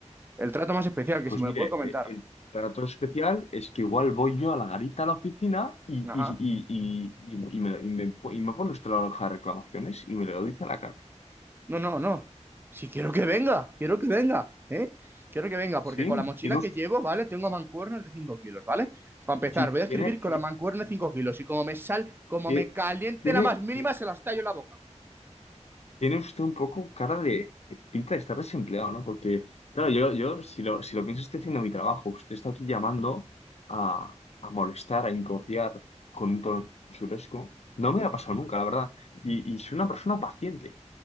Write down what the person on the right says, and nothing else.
El trato más especial, que
si me
lo puede comentar.
Ajá.
No, no, no. Si quiero que venga, quiero que venga, ¿eh? Quiero que venga, porque
con la mochila
que
llevo, ¿vale? Tengo mancuernas de 5 kilos, ¿vale? Para empezar,
voy a escribir
con
la mancuerna de 5 kilos y como me sal, como
me caliente
la más mínima,
se las tallo en la boca.